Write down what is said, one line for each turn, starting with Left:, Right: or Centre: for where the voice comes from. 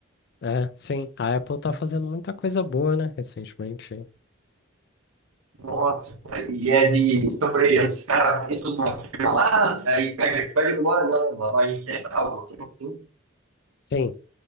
Left: É, sim. A Apple tá fazendo muita coisa boa, né, recentemente. Aí.
Right: Nossa, e é de. Então, por exemplo, os caras entram numa firma lá, aí pega, pega demora na na loja central, alguma algo assim.
Left: Sim,